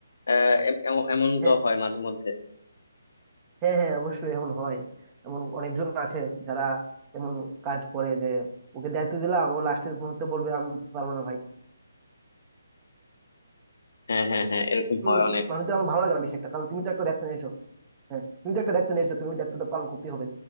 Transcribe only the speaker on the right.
হ্যাঁ
হ্যাঁ হ্যাঁ অবশ্যই এমন হয় এমন অনেকজন আছে যারা এমন কাজ করে যে ওকে দায়িত্ব দিলাম ও লাস্টের মুহূর্তে বলবে আমি পারবো না ভাই
উম,
মানুষদের আমার ভালো লাগে না বেশি একটা কারণ তুমি তো একটা দায়িত্ব নিয়েছো হ্যাঁ তুমি তো একটা দায়িত্ব নিয়েছো তুমি ওই দায়িত্বটা পালন করতে হবে